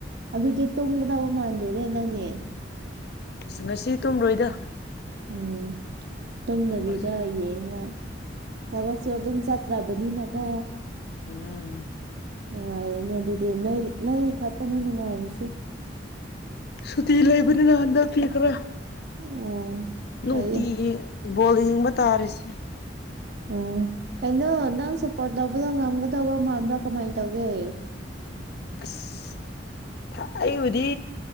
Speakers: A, on the right (about 65°); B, on the left (about 60°).
A: ꯑꯗꯨꯗꯤ ꯇꯨꯝꯒꯗꯕ ꯃꯥꯟꯗꯦꯔꯦ ꯅꯪꯅꯦ
B: ꯑꯁ ꯉꯁꯤ ꯇꯨꯝꯔꯣꯏꯗ
A: ꯎꯝ ꯇꯨꯝꯗꯕꯤꯗ
B: ꯐꯖꯩ
A: ꯌꯦꯡꯉ ꯊꯕꯛꯁꯨ ꯑꯗꯨꯝ ꯆꯠꯇ꯭ꯔꯕꯅꯤꯅꯀꯣ
B: ꯎꯝ
A: ꯅꯨꯡꯉꯥꯏꯔꯅꯦ ꯑꯗꯨꯗꯤ ꯅꯣꯏ ꯅꯣꯏꯒꯤ ꯈꯛꯇꯅꯦ ꯅꯨꯡꯉꯥꯏꯔꯤꯁꯤ
B: ꯁꯨꯇꯤ ꯂꯩꯕꯅꯤꯅ ꯍꯟꯗꯛꯇꯤ ꯈꯔ
A: ꯑꯣ
B: ꯅꯨꯡꯇꯤ
A: ꯐꯩꯌꯦ
B: ꯣꯜ ꯌꯦꯡꯕ ꯇꯥꯔꯤꯁꯦ
A: ꯎꯝ ꯀꯩꯅꯣ ꯅꯪ ꯁꯞꯄꯣꯔꯠ ꯇꯧꯕꯗꯣ ꯉꯝꯒꯗꯧꯕ ꯃꯥꯟꯕ꯭ꯔꯥ ꯀꯃꯥꯏꯅ ꯇꯧꯒꯦ
B: ꯑꯁ ꯑꯩꯕꯨꯗꯤ